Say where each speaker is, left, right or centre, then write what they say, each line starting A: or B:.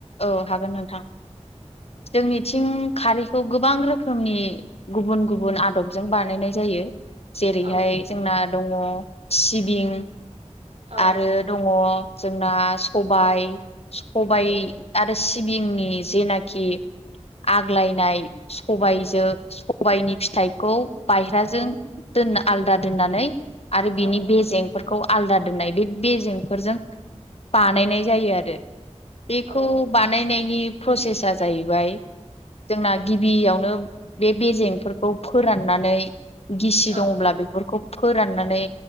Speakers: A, on the left (about 60°); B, on the right (about 60°).
A: औ हागोन नोंथां जोंनि थिं खारैखौ गोबां रोखोमनि गुबुन गुबुन आदबजों बानायनाय जायो। जेरैहाय
B: औ
A: जोंना दङ सिबिं
B: औ
A: आरो दङ जोंना सबाय, सबाय
B: नंगौ
A: आरो सि बिंनि जेनाखि आग्लायनाय सबायजो सबाइनि फिथाइखौ बायह्राजों
B: औ
A: दोनना आलादा दोननानै आरो बिनि
B: औ नंगौ
A: बेेजेंफोरखौ आलादा दोननाय बे बेेजेंफोरजों बानायनाय जायो आरो। बेखौ
B: औ
A: बानायनायनि प्रसेसा जाहैबाय जोंना गिबियावनो बे बेेजेंफोरखौ फोराननानै गिसि
B: औ
A: दङब्ला
B: नंगौ
A: बेफोरखौ फोराननानै